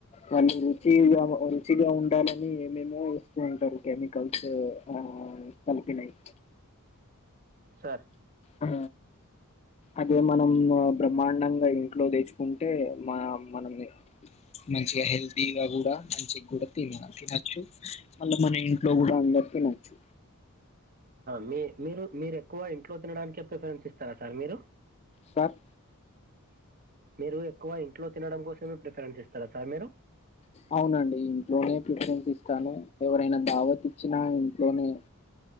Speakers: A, on the left; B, on the right.
A: వాళ్ళు రుచిగా రుచిగా ఉండాలని ఏమేమో ఏస్తూ ఉంటరు కెమికల్స్ ఆ ఆ కలిపినయ్
B: సార్
A: ఆ అదే మనం బ్రహ్మాండంగా ఇంట్లో తెచ్చుకుంటే మ మనని మంచిగ హెల్దిగా కూడా మంచిగూడ తిన తినచ్చు మళ్ళా మన ఇంట్లో గూడా తినచ్చు
B: మీ మీరు మీరు ఎక్కువ ఇంట్లో తినడానికే ప్రిఫరెన్స్ ఇస్తారా సార్ మీరు
A: సార్
B: మీరు ఎక్కువ ఇంట్లో తినడం కోసమే ప్రిఫరెన్స్ ఇస్తార సార్ మీరు
A: అవునండి ఇంట్లోనే ప్రిఫరెన్స్ ఇస్తాను ఎవరైనా దావత్ ఇచ్చినా ఇంట్లోనే